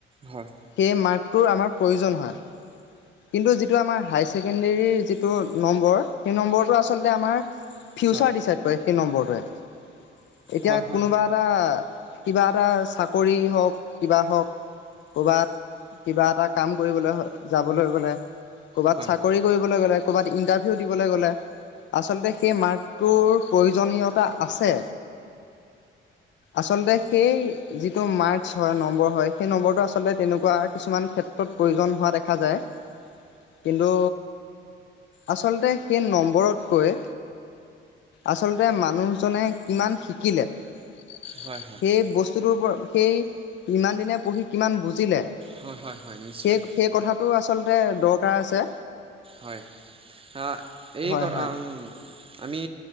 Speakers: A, on the right; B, on the left.
A: হয়
B: সেই মাৰ্কটোৰ আমাৰ প্ৰয়োজন হয়। কিন্তু যিটো আমাৰ হায়াৰ ছেকেণ্ডেৰীৰ যিটো নম্বৰ, সেই নম্বৰটো আচলতে আমাৰ ফিউচাৰ
A: হয়
B: ডিচাইড কৰে সেই নম্বৰটোৱে। এতিয়া
A: হয় হয়
B: কোনোবা এটা কিবা এটা চাকৰি হওক কিবা হওক ক'ৰবাত কিবা এটা কাম কৰিবলৈ যাবলৈ গ'লে ক'ৰবাত
A: হয়
B: চাকৰি কৰিবলৈ গ'লে, ক'ৰবাত ইণ্টাৰভিউ দিবলৈ গ'লে, আচলতে সেই মাৰ্ক তোৰ প্ৰয়োজনীয়তা আছে, আচলতে সেই যিটো মাৰ্কচ হয়, নম্বৰ হয় সেই নম্বৰটো আচলতে তেনেকুৱা কিছুমান ক্ষেত্ৰত প্ৰয়োজন হোৱা দেখা যায় কিন্তু, আচলতে সেই নম্বৰতকৈ আচলতে মানুহজনে কিমান শিকিলে সেই
A: হয়
B: বস্তুটোৰ পৰা, সেই ইমান দিনে পঢ়ি, কিমান বুজিলে সেই-সেই
A: হয় হয় হয় নিশ্চয়
B: কথাটো আচলতে দৰ আছে
A: হয়, অ এই
B: হয়
A: কৰ
B: হয়
A: আম আমি